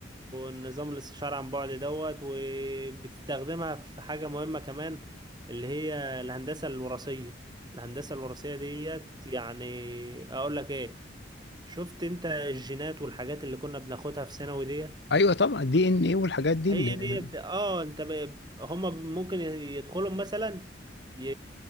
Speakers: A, on the right; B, on the left.
A: نظام الاستشارة عن بعد دوت وبتستخدمها في حاجة مهمة كمان اللي هي الهندسة الوراثية الهندسة الوراثية ديت يعني اقول لك ايه شفت انت الجينات والحاجات اللي كنا بناخدها في ثانوي ديت
B: ايوه طبعا دي ان ايه والحاجات دي
A: هي
B: اللي...
A: ديت اه انت ب... هما ممكن ي- يدخلوا مثلا ي...